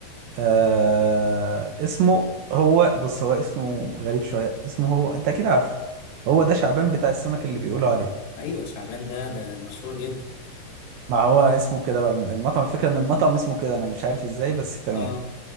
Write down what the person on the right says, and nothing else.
آه اسمه هو بص هو اسمه غريب شوية اسمه هو انت اكيد عارفه هو
ده شعبان بتاع السمك اللي بيقولوا عليه
ما هو اسمه كده بقى الم- المطعم الفكرة ان المطعم اسمه كده انا مش عارف ازاي بس تمام